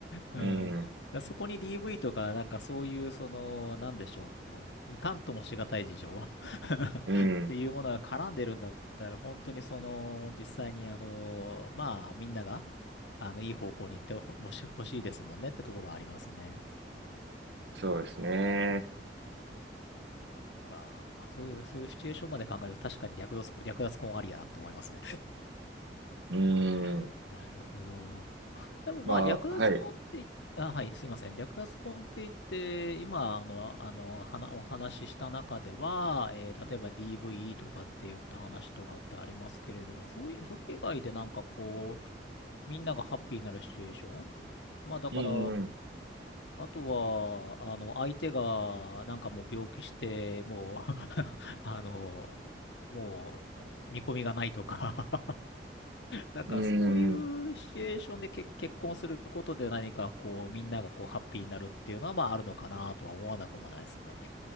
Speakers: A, on the left (about 80°); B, on the right (about 80°).
A: うん。
B: うん、
A: いや、そこに DV とか、なんかそういう、その、なんでしょう。いかんともしがたい事情 <laughs> っていうものが絡んでるんだったら、
B: うん、
A: 本当にその、実際にあの、まあ、みんなが、あの、いい方向に行ってほ、もし、欲しいですもんねってところはありますね。
B: そうですね。
A: そっか。まあ、そういう、そういうシチュエーションまで考えると、確かに略奪、略奪婚ありやなって思いますね。
B: う
A: <laughs>
B: ん、
A: なるほど。でもまあ、
B: まあ、
A: 略奪婚って言っ、
B: はい。
A: あ、はい、すいません。略奪婚って言って、今、あの、あの、はなお話しした中では、えー例えば DV とかって言った話とかってありますけれども、そういう、それ以外でなんかこう、みんながハッピーになるシチュエーションまあ、だから、
B: うん、
A: あとは、あの、相手が、なんかもう病気して、もう <laughs> あの、もう、見込みがないとかなんかそういうシチュエーションで結、
B: うん。
A: 結婚することで何かこうみんながこうハッピーになるっていうのはまああるのかなとは思わなくもないですね。